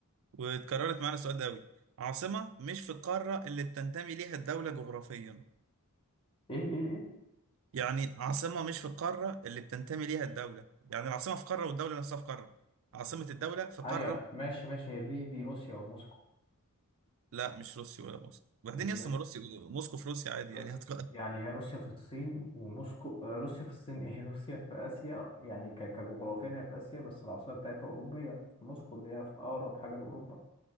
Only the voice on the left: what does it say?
ايه ايه ايه
ايوه
ماشي ماشي هي دي دي روسيا وموسكو
ازاي
روسيا
يعني هي روسيا في الصين وموسكو آه، روسيا في الصين ايه <laughs> روسيا في اسيا يعني ك- كجغرافيا هي في اسيا بس العاصمه بتاعتها اوروبيه في موسكو اللي هي في اقرب حاجه لاوروبا